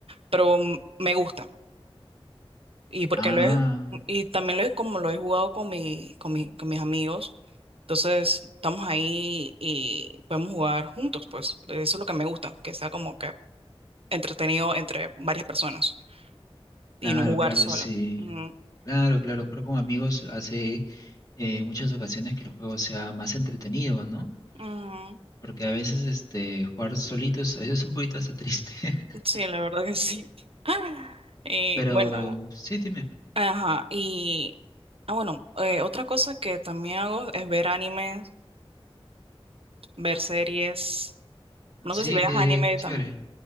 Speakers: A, on the right; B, on the left.
A: pero mm, me gusta. Y porque
B: Ah,
A: lo he- y también lo he, como lo he jugado con mi, con mi, con mis amigos. Entonces, estamos ahí y podemos jugar juntos, pues. Eso es lo que me gusta, que sea como que entretenido entre varias personas y
B: claro,
A: no jugar
B: claro,
A: sola.
B: sí.
A: Ujú.
B: Claro, claro, jugar con amigos hace eh, muchas ocasiones que el juego sea más entretenido, ¿no?
A: Ujú.
B: Porque a veces este, jugar solito es, es un poquito hasta triste. <laughs>
A: Sí, la verdad que sí. <laughs> Y
B: Pero
A: bueno,
B: sí, dime.
A: ajá. Y ah, bueno, eh, otra cosa que también hago es ver animes, ver series. No
B: Sí,
A: sé si veas
B: qué,
A: anime
B: qué chévere.
A: también.